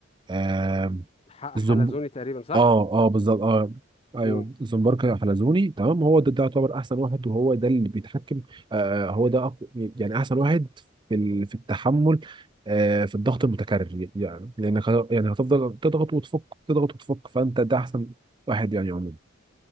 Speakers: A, on the right (about 25°); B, on the left (about 30°).
A: آم،
B: ح-
A: الزنب
B: حلزوني تقريبا صح
A: اه اه بالظبط اه ايوه
B: امم
A: الزنبرك حلزوني تمام هو ده, ده يعتبر احسن واحد وهو ده اللي بيتحكم آه آه، هو ده أقو... يعني احسن واحد في ال... في التحمل آه في الضغط المتكرر يعني لانك ه- يعني هتفضل تضغط وتفك تضغط وتفك فانت ده احسن واحد يعني عموما